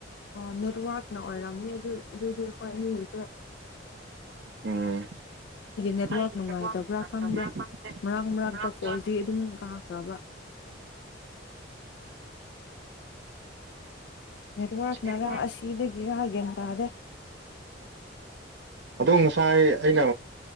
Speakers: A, on the left (about 60°); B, on the right (about 65°).
A: ꯑꯣ ꯅꯦꯠꯋꯥꯔꯛꯅ ꯑꯣꯏꯔꯝꯅꯤ ꯑꯗꯨ ꯑꯗꯨꯏꯗꯤ ꯑꯩꯈꯣꯏ ꯃꯤ <unintelligible>
B: ꯎꯝ
A: ꯅꯦꯠꯋꯥꯔꯛ
B: ꯑꯩꯒꯤ
A: ꯅꯨꯡꯉꯥꯏꯇꯕ꯭ꯔꯥ
B: ꯍ ꯅꯨꯡꯉꯇꯕ꯭ꯔꯥ
A: ꯈꯪꯗꯦ ꯃꯔꯛ ꯃꯔꯛꯇ
B: ꯃꯔꯕ
A: ꯐꯣꯔ ꯖꯤ ꯑꯗꯨꯝ ꯀꯥꯈ꯭ꯔꯕ
B: <unintelligible>
A: ꯅꯦꯠꯋꯥꯔꯛꯅꯔ
B: <unintelligible>
A: ꯑꯁꯤꯗꯒꯤꯔ ꯒ꯭ꯌꯥꯟ ꯇꯥꯗꯦ
B: ꯑꯗꫭ ꯉꯥ ꯉꯁꯥꯏ ꯑꯩꯅ